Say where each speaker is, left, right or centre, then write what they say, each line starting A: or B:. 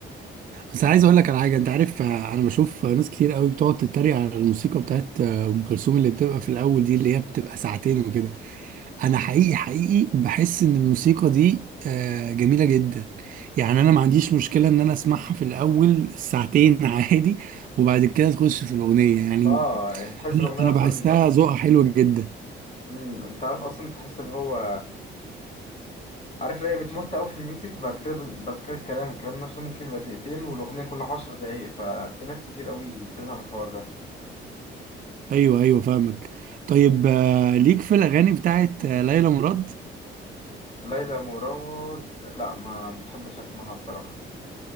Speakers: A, on the right; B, on the left.
A: بس عايز أقول لك على حاجة أنت عارف آه، أنا بشوف ناس كتير قوي بتقعد تتريق على الموسيقى بتاعت آه، أم كلثوم اللي بتبقى في الأول دي اللي هي بتبقى ساعتين وكده انا حقيقي حقيقي بحس ان الموسيقى دي آه، جميله جدا يعني انا ما عنديش مشكله ان انا اسمعها في الاول ساعتين <laughs> عادي وبعد كده تخش في الاغنيه يعني
B: ما آه، يعني تحس
A: انا
B: الاغنيه
A: انا
B: اصلا
A: بحسها ذوقها حلو جدا
B: مم. انت عارف اصلا تحس اللي هو عارف ليه بتمط قوي في الميوزك بعد كده بعد كده الكلام الكلام نفسه ممكن يبقى دقيقتين والاغنيه كلها عشر دقايق ففي ناس كتير قوي بتفهم الحوار ده
A: ايوه ايوه فاهمك طيب آه، ليك في الاغاني بتاعت آه، ليلى مراد
B: ليلى مراد لا ما بحبش اسمعها بصراحه